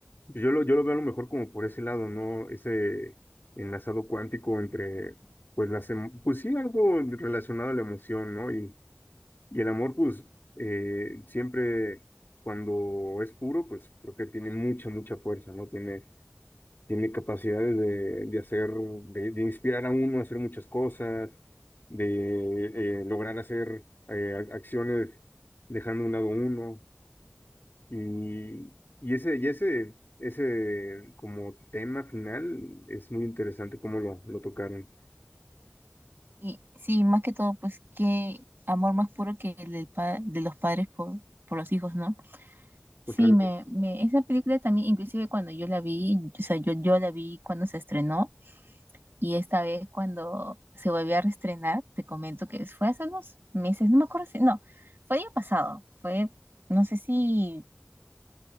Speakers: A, on the left; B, on the right.
A: pues, yo lo, yo lo veo a lo mejor como por ese lado, ¿no? Ese enlazado cuántico entre, pues, las, emo- pues sí, algo relacionado a la emoción, ¿no? y y el amor, pues, eh, siempre cuando es puro, pues creo que tiene mucha, mucha fuerza, ¿no? Tiene, tiene capacidades de, de hacer, de, de inspirar a uno a hacer muchas cosas, de eh, lograr hacer eh, ac- acciones dejando a un lado uno. Y, y ese, y ese, ese como tema final es muy interesante cómo lo, lo tocaron.
B: Y sí, más que todo, pues qué amor más puro que el del pa- de los padres por, por los hijos, ¿no? Sí,
A: Totalmente.
B: me, me, esa película también, inclusive cuando yo la vi, o sea, yo, yo la vi cuando se estrenó y esta vez cuando se volvió a reestrenar, te comento que fue hace unos meses, no me acuerdo si, no, fue el año pasado, fue, no sé si